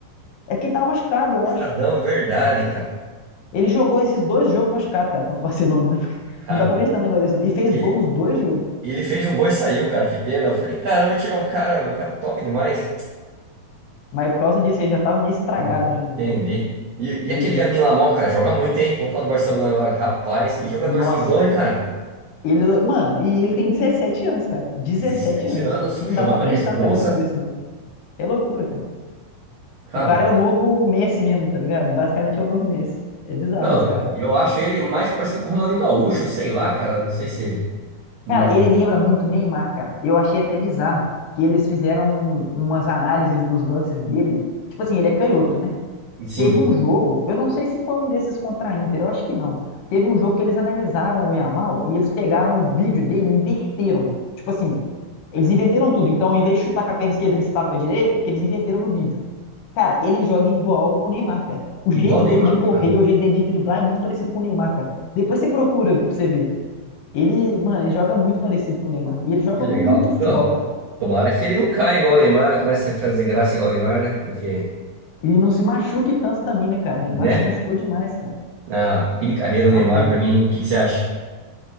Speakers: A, on the left; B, on the right.
A: É porque ele tava machucado, eu
B: Chocadão,
A: acho.
B: é verdade, cara.
A: Ele jogou esses dois jogos machucado, cara, contra o <laughs> Barcelona. Não dá pra, <laughs>
B: Cara,
A: não dá pra acreditar no negócio desse, não. E fez
B: ele,
A: gol nos dois jogos.
B: ele fez um gol e saiu, cara. Que pena. Eu falei, caramba, tirar o cara, o cara top demais.
A: Mas por causa disso, ele já tava meio estragado
B: Hum,
A: já,
B: Entendi.
A: né, cara?
B: E, e
A: Doideira.
B: aquele Yamin Lamal, cara, joga muito, hein? Vamos falar do Barcelona agora. Rapaz, que
A: N-
B: jogadorzinho
A: Nossa.
B: bom, hein, cara?
A: Ele, mano, e ele tem 17 anos, cara. 17
B: 17
A: anos.
B: anos,
A: Não
B: chamando
A: dá pra acreditar
B: a responsa.
A: no negócio desse, não. É loucura, cara.
B: Cara,
A: O cara é o novo Messi mesmo, tá ligado? Basicamente é o novo Messi. É bizarro
B: Não,
A: esse cara.
B: e eu acho ele mais parecido com o Ronaldinho Gaúcho, sei lá, cara. Não sei se. hum,
A: Cara, ele lembra muito o Neymar, cara. Eu achei até bizarro que eles fizeram um, umas análises dos lances dele. Tipo assim, ele é canhoto, né?
B: sim,
A: Teve um jogo, eu não sei se foi um desses contra a Inter, eu acho que não. Teve um jogo que eles analisaram o Yamal e eles pegaram o vídeo dele e inverteram. Tipo assim, eles inverteram tudo. Então, em vez de chutar com a perna esquerda, ele chutava com a direita, porque eles inverteram no vídeo. Cara, ele joga igual o Neymar, cara. O
B: igual
A: jeito
B: o Neymar,
A: dele de correr,
B: cara.
A: o jeito dele de driblar é muito parecido com o Neymar, cara. Depois você procura pra você ver. Ele, mano, ele joga muito parecido com o Neymar. E ele joga
B: Que legal.
A: muito futebol,
B: Não,
A: cara.
B: tomara que ele não caia igual o Neymar, comece a fazer graça igual o Neymar, né? Porque,
A: E não se machuque tanto também, né, cara? O Neymar
B: né?
A: se machucou demais, cara.
B: A fim de carreira do
A: É
B: Neymar,
A: uma pena.
B: pra mim, o que que você acha?